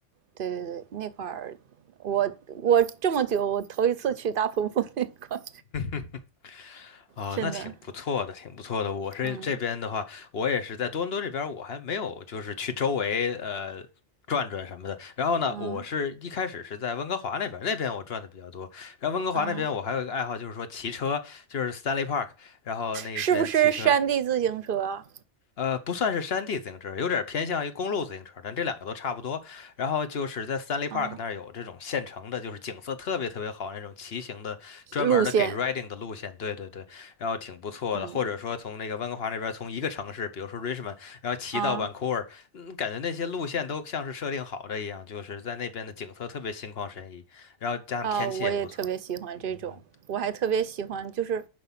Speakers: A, on the right (about 55°); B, on the left (about 60°).
A: 对对，那块儿我我这么久我头一次去大瀑布那块儿，
B: <laughs> 哦，
A: 真的，
B: 那挺不错的，挺不错的。我是这边的话，
A: 嗯
B: 我也是在多伦多这边，我还没有就是去周围呃转转什么的。然后呢，
A: 嗯
B: 我是一开始是在温哥华那边，那边我转的比较多。然后温哥华那边我还有一个爱好，
A: 啊，
B: 就是说骑车，就是 Stanley Park，然后那边骑车
A: 是不是山地自行车啊
B: 呃，不算是山地自行车，有点偏向于公路自行车，但这两个都差不多。然后就是在 Stanley Park
A: 啊
B: 那儿有这种现成的，就是景色特别特别好那种骑行的，专门的给
A: 路线？
B: riding 的路线。对对对，然后挺不错的。
A: 嗯
B: 或者说从那个温哥华那边，从一个城市，比如说 Richmond，然后骑到
A: 啊
B: Vancouver，嗯感觉那些路线都像是设定好的一样，就是在那边的景色特别心旷神怡，然后加上天气也不错。
A: 啊，我也特别喜欢这种，
B: 嗯，
A: 我还特别喜欢，就是